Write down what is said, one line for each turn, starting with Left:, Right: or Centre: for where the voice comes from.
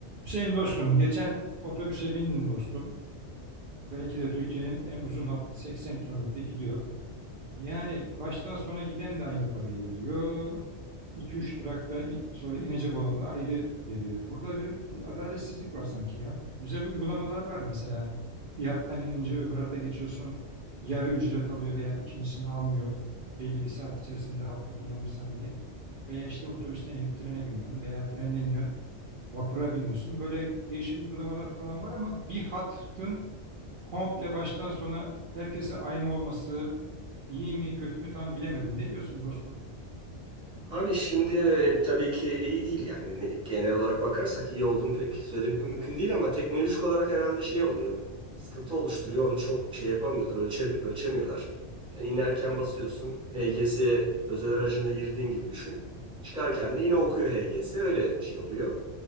Right: Hüseyin dostum, geçen otobüse bindim dostum. Belki de Türkiye'nin en uzun hattı 80 kilometre gidiyor. Yani baştan sona giden de aynı parayı veriyor. 2-3 durakta i- sonra inecek olan da ayrı veriyor. Burada bir, bir adaletsizlik var sanki ya. Güzel uygulamalar var mesela. Bir hattan inince öbür hata geçiyorsun. Yarı ücret alıyor veya ikincisini almıyor. Belli bir saat içerisinde hattı kullanırsan diye. Veya işte otobüsten inip trene biniyorsun veya trenden iniyorsun. Vapura biniyorsun. Böyle değişik uygulamalar falan var ama bir hattın komple baştan sona herkese aynı olması iyi mi kötü mü tam bilemedim. Ne diyorsun dostum?
Centre: Abi şimdi tabii ki iyi değil yani Ne- genel olarak bakarsak iyi olduğunu pek söylemek mümkün değil ama teknolojik olarak herhalde şey oluyor. Sıkıntı oluşturuyor. Onu çok şey yapamıyorlar. Ölçe, ölçemiyorlar. Yani inerken basıyorsun. HGS özel aracında girdiğin gibi düşün. Çıkarken de yine okuyor HGS. Öyle şey oluyor.